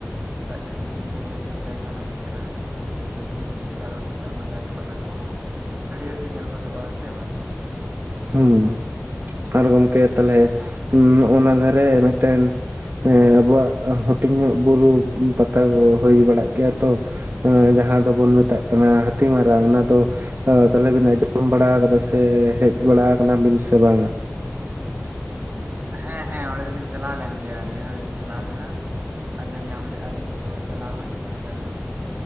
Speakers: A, on the right; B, on the right.
A: ᱫᱟᱜ ᱡᱟᱹᱯᱩᱫ ᱫᱤᱱ ᱫᱚ ᱧᱮᱞ ᱡᱚᱝ ᱡᱟᱭᱜᱟ ᱦᱚᱸ ᱟᱹᱰᱤ ᱪᱮᱨᱦᱟ ᱧᱮᱞ ᱡᱚᱝ ᱟᱹᱰᱤ ᱨᱟᱹᱥᱠᱟᱹ ᱜᱮ ᱵᱩᱡᱷᱟᱹᱜᱼᱟ ᱟᱨ ᱱᱮᱛᱟᱨ ᱢᱟ ᱫᱟᱨᱮ ᱯᱟᱞᱟ ᱠᱚᱦᱚᱸ ᱦᱟᱹᱨᱭᱟᱹᱲ ᱜᱮ ᱧᱮᱞ ᱜᱚᱫᱚᱜᱼᱟ ᱥᱮ ᱵᱟᱝ?
B: ᱦᱩᱸ ᱟᱨ ᱜᱚᱢᱠᱮ ᱛᱟᱦᱞᱮ
A: ᱟᱨ
B: ᱱᱚᱜ ᱱᱟ ᱫᱷᱟᱨᱮ ᱢᱤᱫ ᱴᱮᱱ ᱟᱵᱚᱣᱟᱜ ᱦᱩᱰᱤᱧ ᱧᱚᱜ ᱵᱩᱨᱩ ᱯᱟᱛᱟ ᱠᱩ ᱦᱩᱭ ᱵᱟᱲᱟᱜ ᱜᱮᱭᱟ ᱛᱚ ᱡᱟᱦᱟᱸ ᱫᱚᱵᱚᱱ ᱢᱮᱛᱟᱜ ᱠᱟᱱᱟ, ᱦᱟᱹᱛᱤ ᱢᱟᱨᱟ ᱚᱱᱟ ᱫᱚ, ᱛᱟᱦᱚᱞᱮ ᱵᱤᱱ ᱟᱸᱡᱚᱢ ᱵᱟᱲᱟ ᱟᱠᱟᱫᱟ ᱥᱮ ᱦᱮᱡ ᱵᱟᱲᱟ ᱟᱠᱟᱱᱟ ᱵᱤᱱ ᱥᱮ ᱵᱟᱝᱟ?
A: ᱦᱮᱸ ᱦᱮᱸ ᱚᱸᱰᱮ ᱫᱚᱞᱤᱧ ᱪᱟᱞᱟᱣ ᱞᱮᱱ ᱜᱮᱭᱟ ᱾ ᱱᱤᱭᱟᱹ ᱫᱷᱟᱣ ᱫᱚᱞᱤᱧ ᱪᱟᱞᱟᱣ ᱞᱮᱱᱟ ᱾ ᱟᱸᱡᱚᱢ ᱧᱟᱢ ᱞᱮᱜᱼᱟ ᱞᱤᱧ, ᱛᱚ ᱪᱟᱞᱟᱣ ᱦᱩᱭ ᱞᱮᱱᱟ ᱚᱸᱰᱮ ᱫᱚ ᱾